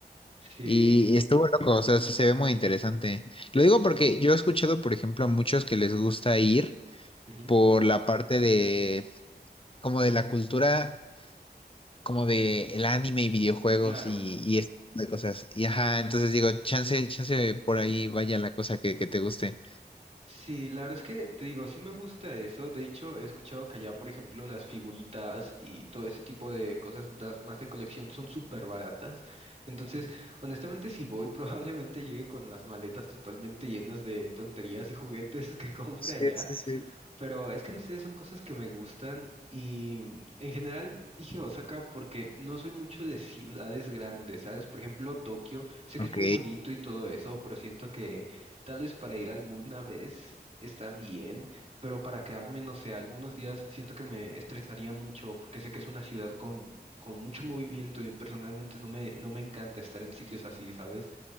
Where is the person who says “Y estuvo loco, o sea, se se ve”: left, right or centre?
Left